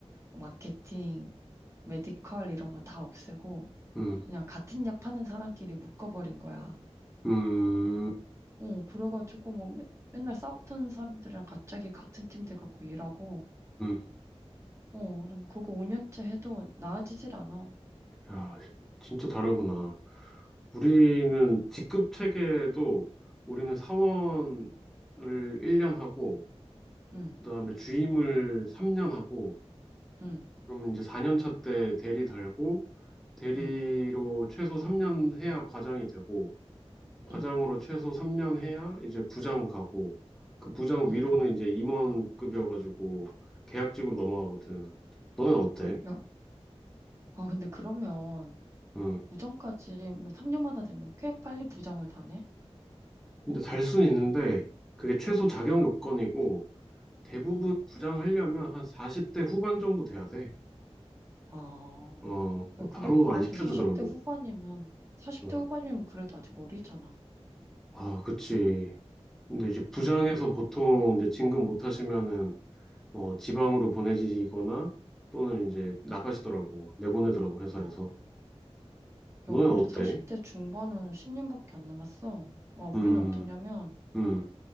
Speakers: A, on the right; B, in the centre.
A: 뭐 마케팅, 메디컬 이런 거 다 없애고
B: 응,
A: 그냥 같은 약 파는 사람끼리 묶어버린 거야.
B: 응,
A: 어, 그래가지고 뭐 매- 맨날 싸우던 사람들이랑 갑자기 같은 팀 돼갖고 일하고,
B: 응,
A: 어, 그래서 그거 5년째 해도 나아지질 않아.
B: 야, 진짜 다르구나. 우리는 직급 체계도 우리는 사원을 1년 하고,
A: 응,
B: 그다음에 주임을 3년 하고,
A: 응,
B: 그러면 이제 4년 차 때 대리 달고, 대리로
A: 응,
B: 최소 3년 해야 과장이 되고, 과장으로
A: 응,
B: 최소 3년 해야 이제 부장 가고, 그 부장
A: 응.
B: 위로는 이제 임원급이어가지고 계약직으로 넘어가거든. 너는 어때?
A: 야, 아, 근데 그러면
B: 응.
A: 부장까지 뭐 3년마다 되면 꽤 빨리 부장을 다네?
B: 근데 달 순 있는데, 그게 최소
A: 응,
B: 자격 요건이고, 대부분
A: 응.
B: 부장하려면 한 40대 후반 정도 돼야 돼.
A: 아,
B: 어, 그
A: 야, 근데
B: 바로
A: 그래도
B: 안 시켜주더라고.
A: 40대 후반이면, 40대
B: 어,
A: 후반이면 그래도 아직 어리잖아.
B: 아, 그치. 근데 이제 부장에서
A: 응,
B: 보통 이제 진급 못 하시면은 뭐 지방으로 보내지거나 또는 이제 나가시더라고. 내보내더라고, 회사에서.
A: 어.
B: 너는
A: 야, 우리도
B: 어때?
A: 40대 중반은 10년밖에 안 남았어. 와, 우리는
B: 음,
A: 어떠냐면,
B: 음,